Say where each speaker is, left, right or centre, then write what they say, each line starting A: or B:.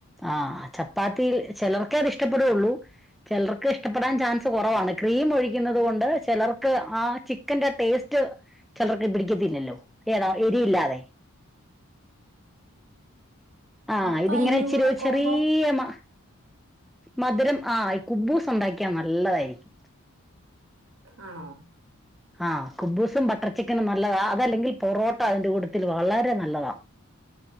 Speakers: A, in the centre; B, on the right (about 60°).
A: ആഹ് ചപ്പാത് ത്തിൽ ചെലോറ്ക്കേ അത്ഷ്ടപ്പെടൂ ഉള്ളൂ. ചെലർക്ക് ഇഷ്ടപ്പെടാൻ ചാൻസ് കുറവാണ് ക്രീം ഒഴിക്കുന്നത് കൊണ്ട് ചെലർക്ക് ആ ചിക്കന്റെ ടേസ്റ്റ് ചെലർക്ക് പിടിക്കത്തില്ലല്ലോ ഏതാ എരിയില്ലാതെ ആഹ്
B: അപ്പൊ
A: ഇതിങ്ങനെ
B: അതിന്റെ
A: ഇച്ചിരി
B: കൂടെ കോമ്പോ
A: ചെറിയ മ മധുരം ആ കുബ്ബൂസ് ഉണ്ടാക്കിയാ നല്ലതായിരിക്കും
B: ആണോ
A: ആ കുബൂസും ബട്ടർ ചിക്കനും നല്ലതാ അതല്ലെങ്കിൽ പൊറോട്ട അതിൻ്റെ കൂടത്തിൽ വളരെ നല്ലതാ.